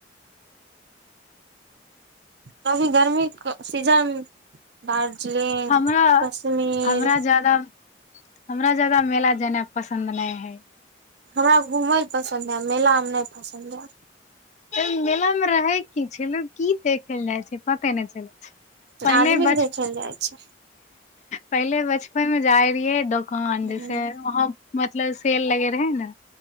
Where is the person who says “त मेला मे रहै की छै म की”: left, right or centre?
Left